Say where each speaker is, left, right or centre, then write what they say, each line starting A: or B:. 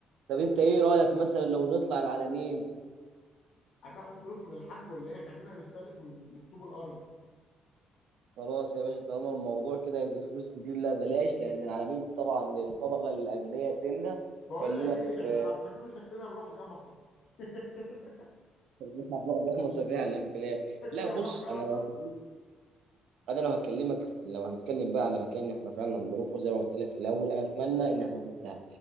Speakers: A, on the right; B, on the left.
A: طب انت ايه رايك مثلا لو نطلع العلمين
B: هتاخد فلوس من الحاج ولا ايه احنا كده هنتسلف من من طوب الارض
A: خلاص يا باشا طالما الموضوع كده يبقى فلوس كتير لا بلاش لان العلمين طبعا للطبقه الاغنياء سنه
B: بقول
A: خلينا
B: لك ايه
A: في
B: احنا بعد ده كله شكلنا هنروح جمصه <laughs>
A: <laughs> بعد احمص فعلا في الاخر
B: شكلنا
A: لا بص
B: هنروح جمصه
A: انا لو انا لو هكلمك لو هنتكلم بقى على مكان احنا فعلا نروحه زي ما قلت لك في الاول انا اتمنى ان احنا نروح دهب